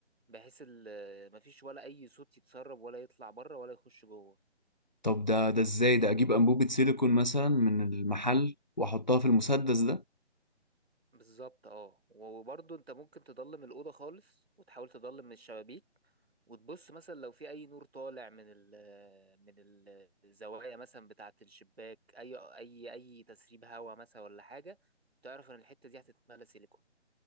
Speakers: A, on the right; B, on the left.
A: بحيث ال- مفيش ولا اي صوت يتسرب ولا يطلع بره ولا يخش جوه
B: طب ده ده ازاي ده اجيب انبوبة سيليكون مثلا من المحل واحطها في المسدس ده
A: بالظبط اه وبرضه انت ممكن تضلم الأوضة خالص وتحاول تضلم من الشبابيك وتبص مثلا لو في أي نور طالع من ال من ال- الزوايا مثلا بتاعة الشباك أي أي أي تسريب هواء مثلا ولا حاجة تعرف إن الحتة دي هتتملى سيليكون